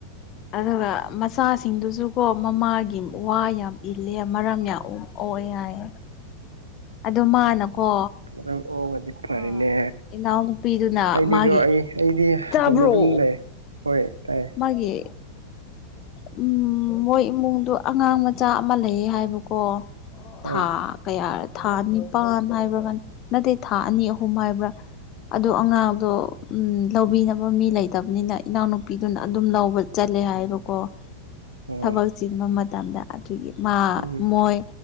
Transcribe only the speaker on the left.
ꯑꯗꯨꯒ ꯃꯆꯥꯁꯤꯡꯗꯨꯁꯨꯀꯣ ꯃꯃꯥꯒꯤ ꯋꯥ ꯌꯥꯝ ꯏꯜꯂꯦ ꯃꯔꯝ ꯌꯥꯝ ꯑꯣ ꯌꯥꯏ ꯑꯗꯨ ꯃꯥꯅꯀꯣ
ꯑꯥ ꯏꯅꯥꯎꯅꯨꯄꯤꯗꯨꯅ
ꯃꯥꯒꯤ
ꯇꯥꯕ꯭ꯔꯣ
ꯃꯥꯒꯤ ꯎꯝ ꯃꯣꯏ ꯏꯃꯨꯡꯗꯣ ꯑꯉꯥꯡ ꯃꯆꯥ ꯑꯃ ꯂꯩꯌꯦ ꯍꯥꯏꯕꯀꯣ
ꯊꯥ ꯀꯌꯥ ꯊꯥ ꯑꯅꯤꯄꯥꯟ ꯍꯥꯏꯕ꯭ꯔꯥ ꯀ ꯅꯠꯇꯦ ꯊꯥ ꯑꯅꯤ ꯑꯍꯨꯝ ꯍꯥꯏꯕ꯭ꯔꯥ ꯑꯗꯣ ꯑꯉꯥꯡꯗꯣ ꯎ ꯂꯧꯕꯤꯅꯕ ꯃꯤ ꯂꯩꯇꯕꯅꯤꯅ ꯏꯅꯥꯎꯅꯨ ꯅꯨꯄꯤꯗꯨꯅ ꯑꯗꯨꯝ ꯂꯧꯕ ꯆꯠꯂꯦ ꯍꯥꯏꯕꯀꯣ
ꯊꯕꯛ ꯆꯤꯟꯕ ꯃꯇꯝꯗ ꯑꯗꯨꯒꯤ ꯃꯥ
ꯃꯣꯏ